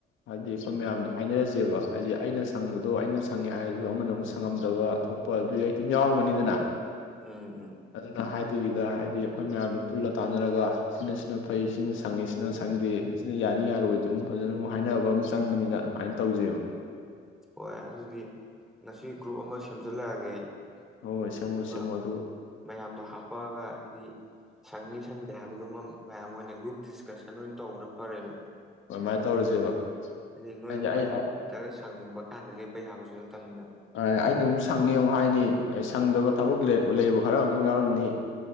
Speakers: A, on the left; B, in the centre.
A: ꯍꯥꯏꯗꯤ ꯑꯩꯈꯣꯏ ꯃꯌꯥꯝꯗꯣ ꯍꯥꯏꯅꯔꯁꯦꯕ ꯍꯥꯏꯗꯤ ꯑꯩꯅ ꯁꯪꯕꯗꯣ ꯑꯩꯅ ꯁꯪꯉꯦ ꯍꯥꯏꯔꯁꯨ ꯑꯃꯅ ꯑꯃꯨꯛ ꯁꯪꯉꯝꯗꯕ ꯊꯣꯛꯄ ꯑꯗꯨ ꯍꯦꯛꯇ ꯌꯥꯎꯔꯝꯒꯅꯤꯗꯅ
B: ꯎꯝ ꯎꯝ
A: ꯑꯗꯨꯅ ꯍꯥꯏꯗꯔꯤ ꯁꯤꯗ ꯍꯥꯏꯗꯤ ꯑꯩꯈꯣꯏ ꯃꯌꯥꯝꯗꯨ ꯄꯨꯜꯂ ꯇꯥꯟꯅꯔꯒ ꯁꯤꯅ ꯁꯤꯅ ꯐꯩ ꯁꯤꯅ ꯁꯪꯉꯤ ꯁꯤꯅ ꯁꯪꯗꯦ ꯑꯁꯤꯅ ꯌꯥꯅꯤ ꯌꯥꯔꯣꯏ ꯑꯗꯨꯝ ꯐꯖꯅ ꯍꯥꯏꯅꯕ ꯑꯃ ꯆꯪꯕꯅꯤꯅ ꯑꯗꯨꯃꯥꯏꯅ ꯇꯧꯖꯦꯕ
B: ꯍꯣꯏ ꯑꯗꯨꯗꯤ ꯉꯁꯤ ꯒ꯭ꯔꯨꯞ ꯑꯃ ꯁꯦꯝꯖꯤꯜꯂꯛ ꯑꯒꯦ ꯑꯩ
A: ꯍꯣꯏ ꯍꯣꯏ ꯁꯦꯝꯃꯣ
B: ꯑꯗꯨꯒ
A: ꯁꯦꯝꯃꯣ ꯑꯗꯨ
B: ꯃꯌꯥꯝꯗꯣ ꯍꯥꯞꯄꯛ ꯑꯒ ꯍꯥꯏꯗꯤ ꯁꯪꯉꯤ ꯁꯪꯗꯦ ꯍꯥꯏꯕꯗꯨ ꯃꯌꯥꯝ ꯑꯣꯏꯅ ꯒ꯭ꯔꯨꯞ ꯗꯤꯁꯀꯁꯟ ꯑꯣꯏꯅ ꯇꯧꯕꯅ ꯐꯔꯦꯕ
A: ꯑꯗꯨꯃꯥꯏꯅ ꯇꯧꯔꯁꯦꯕ
B: ꯑꯗꯨꯗꯤ ꯅꯣꯏ
A: ꯍꯥꯏꯗꯤ
B: ꯑꯩꯈꯣꯏꯅ
A: ꯑꯩ
B: ꯍꯛꯇ ꯁꯪꯕ ꯀꯥꯟꯗ ꯂꯦꯞꯄ ꯌꯥꯕꯁꯨ ꯅꯠꯇꯕꯅꯤꯅ
A: ꯑꯩꯅ ꯑꯃꯨꯛ ꯁꯪꯉꯦ ꯑꯃꯨꯛ ꯍꯥꯏꯅꯤ ꯑꯩ ꯁꯪꯗꯕ ꯊꯕꯛ ꯂꯩꯕ ꯈꯔ ꯑꯃꯨꯛ ꯌꯥꯎꯔꯝꯅꯤ